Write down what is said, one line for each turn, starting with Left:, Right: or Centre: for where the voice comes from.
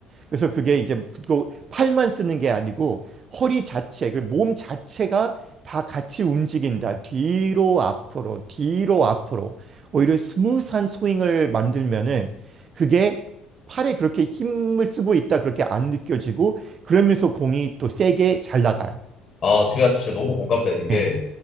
Right: 그래서 그게 이제 그 팔만 쓰는 게 아니고 허리 자체, 그 몸 자체가 다 같이 움직인다. 뒤로 앞으로, 뒤로 앞으로. 오히려 스무스한 스윙을 만들면은 그게 팔에 그렇게 힘을 쓰고 있다. 그렇게 안 느껴지고 그러면서 공이 또 세게 잘 나가요.
Left: 아, 제가 진짜 너무 공감되는
Right: 네,
Left: 게